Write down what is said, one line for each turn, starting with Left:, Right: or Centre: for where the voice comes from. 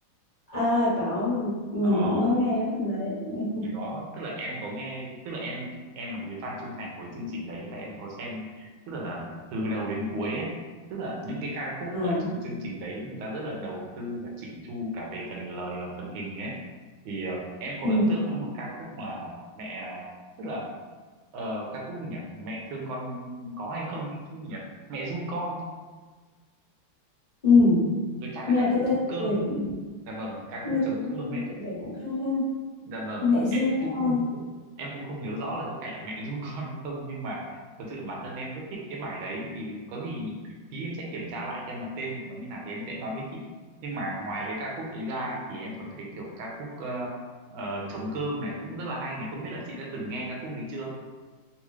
Left: à có mình mình
Right: Đó
Left: cũng có nghe ở bên đấy <laughs>
Right: thì đó tức là em có nghe tức là em em là một cái fan trung thành của chương trình đấy và em có xem tức là từ đầu đến cuối ấy tức là những cái ca khúc
Left: à
Right: ở trong chương trình đấy người ta rất là đầu tư và chỉnh chu cả về phần lời và phần hình ấy thì ờ, em có
Left: ừ
Right: ấn tượng với một ca khúc mà mẹ tức là ờ, ca khúc gì nhỉ mẹ thương con có hay không cái, cái gì nhỉ mẹ ru con
Left: ừ
Right: với cả là
Left: nghe
Right: ca
Left: cái
Right: khúc
Left: tên
Right: trống
Left: tựa
Right: cơm
Left: đề cũng-
Right: dạ vâng ca
Left: nghe
Right: khúc trống
Left: tự
Right: cơm
Left: nghe tên
Right: ấy
Left: tựa đề cũng hay ha
Right: Dạ vâng,
Left: mẹ ru
Right: em
Left: con
Right: cũng không nhớ, em cũng không nhớ rõ là có phải là mẹ <laughs> ru con hay không nhưng mà thật sự bản thân em rất thích cái bài đấy thì có gì tí em sẽ kiểm tra lại xem là tên của nó như nào thì em sẽ nói với chị. Nhưng mà ngoài cái ca khúc đấy ra ấy, thì em còn thấy kiểu ca khúc ờ, ờ, trống cơm này cũng rất là hay này, không biết là chị đã từng nghe ca khúc đấy chưa?